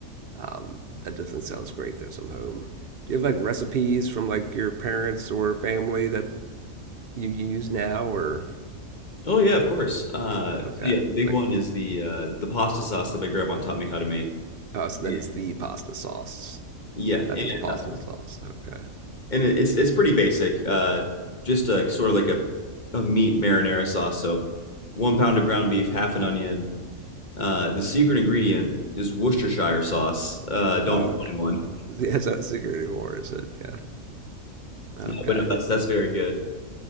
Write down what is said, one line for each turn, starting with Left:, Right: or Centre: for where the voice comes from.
Right: Um, that definitely sounds great though, so I'm home. Do you have like recipes from like your parents or family that you use now or,
Left: Oh yeah, of course. Uh, so
Right: okay.
Left: yeah, the big
Right: Like,
Left: one is the uh, the pasta sauce that my grandma taught me how to make.
Right: oh, so that
Left: And-
Right: is the pasta sauce,
Left: yeah,
Right: not
Left: and
Right: just pasta
Left: uh,
Right: sauce. Okay.
Left: and it- it's it's pretty basic. Uh, just like sort of like a a meat marinara sauce. So one pound of ground beef, half an onion. Uh, the secret ingredient is Worcestershire sauce. Uh, don't
Right: Oh,
Left: tell
Right: okay.
Left: anyone.
Right: <laughs> Yeah, it's not a secret anymore, is it? Yeah. Okay.
Left: Uh, but no, that's that's very good.